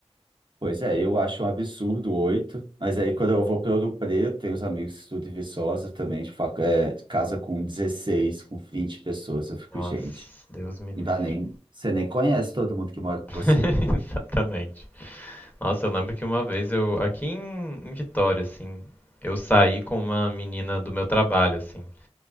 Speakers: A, on the right (about 45°); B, on the left (about 15°).
A: Pois é, eu acho um absurdo oito, mas aí quando eu vou para Ouro Preto, tem uns amigos que estudam em Viçosa também, de facu- é, casa com dezesseis com 20 pessoas, eu fico,
B: Nossa,
A: gente,
B: Deus me livre.
A: não dá nem, você nem conhece todo mundo que mora com
B: <laughs>
A: você.
B: Exatamente. Nossa, eu lembro que uma vez eu aqui em, em Vitória assim, eu saí com uma menina do meu trabalho assim.